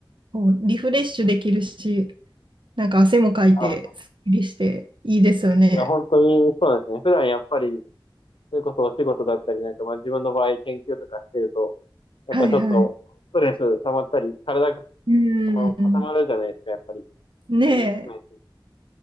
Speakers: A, on the right (about 70°); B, on the left (about 80°).
A: こうリフレッシュできるし、なんか汗もかいて、
B: あ、
A: すっきりしていいですよね。
B: いや、本当にそうなんですね。普段やっぱり、それこそお仕事だったりなんか、まあ自分の場合研究とかしてると、やっぱちょっとストレス溜まったり、
A: はいはい。
B: 体が
A: うーん、
B: その固まるじゃないですか、やっぱり。
A: ね
B: 運動しないし。っ